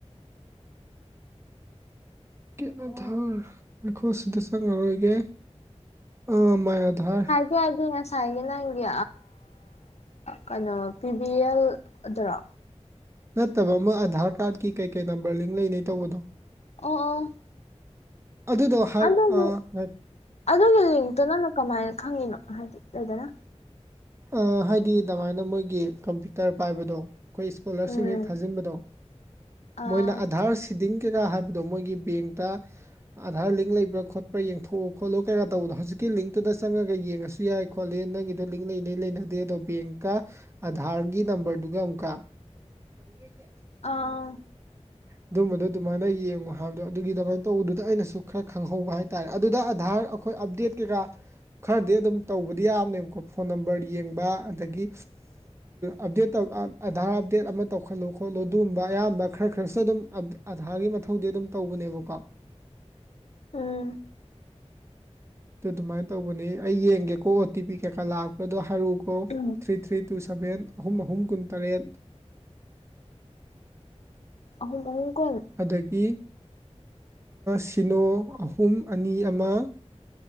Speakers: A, on the right (about 25°); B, on the left (about 65°).
A: ꯀꯦ ꯑ ꯊꯔ ꯑꯩꯈꯣ ꯁꯤꯗ ꯆꯪꯉꯔꯣꯏꯒꯦ ꯑꯥ ꯃꯌꯥꯙꯥꯔ
B: ꯀ ꯍꯥꯏꯗꯤ ꯉꯁꯥꯏꯒꯤ ꯅꯪꯒꯤ ꯀꯩꯅꯣ ꯄꯤ ꯕꯤ ꯑꯦꯜ ꯑꯗꯨꯔꯥ
A: ꯅꯠꯇꯕ ꯑꯃ ꯑꯙꯥꯔ ꯀꯥꯔꯗꯀꯤ ꯀꯩ ꯀꯩ ꯅꯝꯕꯔ ꯂꯤꯡ ꯂꯩꯅꯩ ꯇꯧꯕꯗꯣ
B: ꯑꯣ ꯑꯥ
A: ꯑꯗꯨꯗꯣ ꯍꯥꯏꯔꯛꯑꯣ
B: ꯑꯗꯨꯒꯤ ꯑꯗꯨꯒꯤ ꯂꯤꯡꯇꯨ ꯅꯪꯅ ꯀꯃꯥꯏꯅ ꯈꯪꯉꯤꯅꯣ ꯍꯥꯏꯗꯤ ꯂꯩꯗꯅ
A: ꯑ ꯍꯥꯏꯗꯤ ꯑꯗꯨꯃꯥꯏꯅ ꯃꯣꯏꯒꯤ ꯀꯝꯄ꯭ꯌꯨꯇꯔ ꯄꯥꯏꯕꯗꯣ ꯑꯩꯈꯣꯏ ꯏꯁꯀꯣꯂꯥꯔꯁꯤꯞ
B: ꯎꯝ
A: ꯍꯦꯛ ꯊꯥꯖꯤꯟꯕꯗꯣ
B: ꯑꯥ
A: ꯃꯣꯏꯅ ꯑꯙꯥꯔ ꯐꯤꯗꯤꯡ ꯀꯩꯀꯥ ꯍꯥꯏꯕꯗꯣ ꯃꯣꯏꯒꯤ ꯕꯦꯡꯇ ꯑꯥꯙꯥꯔ ꯂꯤꯡ ꯂꯩꯕ꯭ꯔꯥ ꯈꯣꯠꯄ꯭ꯔꯥ ꯌꯦꯡꯊꯣꯛꯎ ꯈꯣꯠꯂꯨ ꯀꯩꯀꯥ ꯇꯧꯕꯗꯣ ꯍꯧꯖꯤꯛꯀꯤ ꯂꯤꯡꯇꯨꯗ ꯆꯪꯉꯒ ꯌꯦꯡꯉꯁꯨ ꯌꯥꯏ ꯈꯣꯠꯂꯦ ꯅꯪꯒꯤꯗꯣ ꯂꯤꯡ ꯂꯩꯅꯩ ꯂꯩꯅꯗꯦ ꯑꯗꯣ ꯕꯦꯡꯀ ꯑꯥꯙꯥꯔꯒꯤ ꯅꯝꯕꯔꯗꯨꯒ ꯑꯃꯨꯛꯀ ꯍꯗꯁꯦ
B: ꯑꯥ
A: ꯑꯗꯨꯝꯕꯗꯣ ꯑꯗꯨꯃꯥꯏꯅ ꯌꯦꯡꯉꯣ ꯍꯥꯏꯕꯗꯣ ꯑꯗꯨꯒꯤ ꯑꯗꯨꯃꯥꯏꯅ ꯇꯧꯕꯗꯨꯗ ꯑꯩꯅꯁꯨ ꯈꯔ ꯈꯪꯍꯧꯕ ꯍꯥꯏꯇꯥꯔꯦ ꯑꯗꯨꯗ ꯑꯙꯥꯔ ꯑꯩꯈꯣꯏ ꯑꯞꯗꯦꯠ ꯀꯩꯀꯥ ꯈꯔꯗꯤ ꯑꯗꯨꯝ ꯇꯧꯕꯗꯤ ꯌꯥꯕꯅꯦꯕꯀꯣ ꯐꯣꯟ ꯅꯝꯕꯔ ꯌꯦꯡꯕ ꯑꯗꯒꯤ ꯎꯞꯗꯦꯠ ꯑꯙꯥꯔ ꯑꯞꯗꯦꯠ ꯑꯃ ꯇꯧꯈꯠꯂꯨ ꯈꯣꯠꯂꯨ ꯑꯗꯨꯒꯨꯝꯕ ꯑꯌꯥꯝꯕ ꯈꯔ ꯈꯔꯁꯨ ꯑꯗꯨꯝ ꯑꯙꯥꯔꯒꯤ ꯃꯊꯧꯗꯤ ꯑꯗꯨꯝ ꯇꯧꯕꯅꯦꯕꯀꯣ
B: ꯎꯝ
A: ꯑꯗꯨ ꯑꯗꯨꯃꯥꯏꯅ ꯇꯧꯕꯅꯦ ꯑꯩ ꯌꯦꯡꯒꯦꯀꯣ ꯑꯣ ꯇꯤ ꯄꯤ ꯀꯩꯀꯥ ꯂꯥꯛꯄ꯭ꯔꯥꯗꯣ ꯍꯥꯏꯔꯛꯎꯀꯣ
B: um
A: three three two seven ꯑꯍꯨꯝ ꯑꯍꯨꯝ ꯀꯨꯟꯇꯔꯦꯠ
B: ꯑꯍꯨꯝ ꯑꯍꯨꯝ ꯀꯨꯟ
A: ꯑꯗꯒꯤ ꯁꯤꯅꯣ ꯑꯍꯨꯝ ꯑꯅꯤ ꯑꯃ